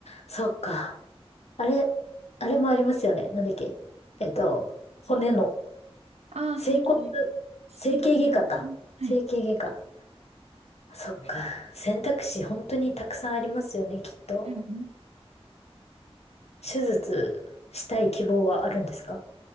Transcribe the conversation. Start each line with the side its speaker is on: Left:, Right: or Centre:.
Left: そっか。あれ、あれもありますよね。なんだっけえっと、骨の
Right: ああー、
Left: 整骨、
Right: 整形、整形外科。
Left: 整形外科か。整形外科。
Right: はい。
Left: そっか。選択肢本当にたくさんありますよね、きっと。
Right: はい。うん
Left: 手術したい希望はあるんですか